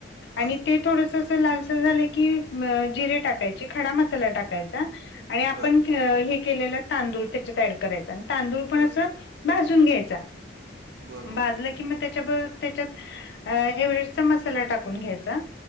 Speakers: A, on the right; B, on the left.
A: हा
B: आणि ते थोडंस लालसर झाल की जीरे टाका खडा मसाला टाकायचा आणि आपण
A: बर
B: हे केलेलं तांदूळ त्याच्यात ऍड करायचा आणि तांदूळ पण
A: बर
B: अस
A: बर
B: भाजून घ्यायचा.
A: बरोबर.
B: भाजला किंवा त्याच्याबरोबर त्याच्यात एव्हरेस्टचा मसाला टाकून घ्यायचा.